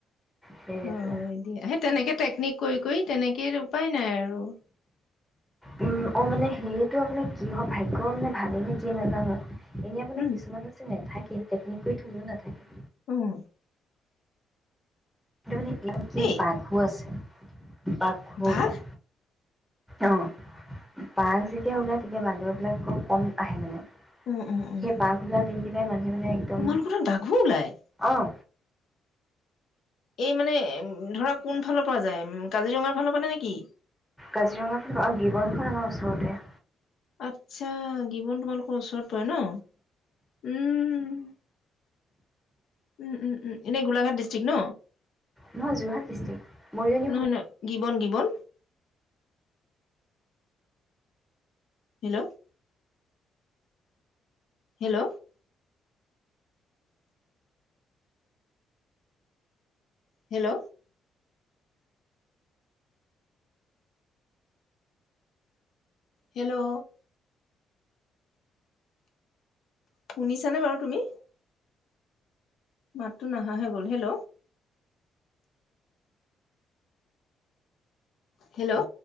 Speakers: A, in the centre; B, on the left.
A: সেইটো
B: অ দিয়া সেই তেনেকে টেকনিক কৰি কৰি তেনেকে উপায় নাই আৰু
A: উম অ মানে সেইটো আপোনাৰ কি হয় ভাগ্য মানে ভালে নে কিয়ে নাজানো এনে আপনে
B: উম,
A: কিছুমানৰ যে নেথাকে কি টেকনিক কৈ থ'লেও নাথাকে
B: উম
A: এতিয়া মানে ইমান কি
B: এই
A: বাঘু আছে। উ পাখো
B: বাঘ
A: নাই অ বাঘ যেতিয়া ওলায় তেতিয়া বান্দৰবিলাক খুব কম আহে মানে
B: উম, উম, উম,
A: সেই বাঘ ওলা দিন দিলে মানে একদম
B: তোমালোকৰ তাত বাঘো ওলাই
A: অঁ
B: এই মানে ধৰা কোন ফালৰ পৰা যায় উম, কাজিৰঙাৰ ফালৰ পৰা নেকি?
A: কাজিৰঙা ফাল গিবনখন আমাৰ ওচ ওচৰতে
B: আচ্ছা গীৱন তোমালোকৰ ওচৰত পৰে ন উম উম, উম, উম। এনে গোলাঘাট ডিষ্ট্ৰিক ন,
A: নহয় যোৰহাট ডিষ্ট্ৰিক্ট মৰিয়নি
B: ন, ন। জীবন গিবন। হেল্ল'। হেল্ল'। হেল্ল'। হেল্ল'। শুনিছানে বাৰু তুমি। মাতটো নাহাাহে গ'ল হেল্ল'। হেল্ল'।